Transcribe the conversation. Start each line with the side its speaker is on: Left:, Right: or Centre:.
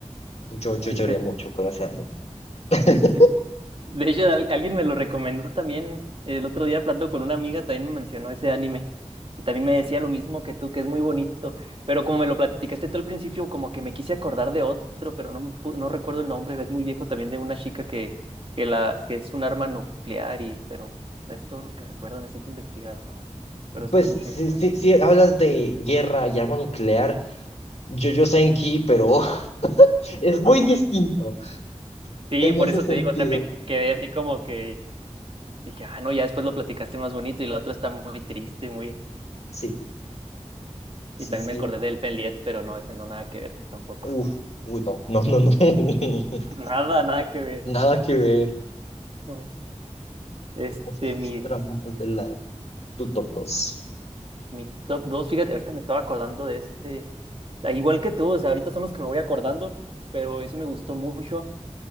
Left: Yo, yo
Right: Sí,
Left: lloré
Right: fíjate.
Left: mucho con ese anime. <laughs>
Right: sí. De hecho, al- alguien me lo recomendó también. El otro día hablando con una amiga, también me mencionó ese anime. Y también me decía lo mismo que tú, que es muy bonito. Pero como me lo platicaste tú al principio, como que me quise acordar de otro, pero no, me pu- no recuerdo el nombre. Es muy viejo también de una chica que, que, la, que es un arma nuclear y, pero es todo lo que recuerdo. Necesito investigar más. Pero después
Left: Pues
Right: lo checo
Left: si, si,
Right: ese.
Left: si hablas de guerra y arma nuclear, JoJo Senki, pero <laughs> es muy distinto
Right: Sí,
Left: en
Right: por
Left: ese
Right: eso
Left: sentido.
Right: te digo, o sea, me quedé así como que Dije, ah, no, ya después lo platicaste más bonito y la otra está muy triste, muy...
Left: Sí, sí,
Right: Y también
Left: sí.
Right: me acordé del Fenliet, pero no, ese no nada que ver tampoco.
Left: Uf, uy, no, no, no, no. <laughs>
Right: <laughs> Nada, nada que ver.
Left: Nada que ver.
Right: No. Este,
Left: Tenemos esas
Right: mi,
Left: tramas de lado. Tu top 2.
Right: mi top dos fíjate, ahorita me estaba acordando de este... Ah, Igual que tú, o sea, ahorita son los que me voy acordando, pero ese me gustó mucho.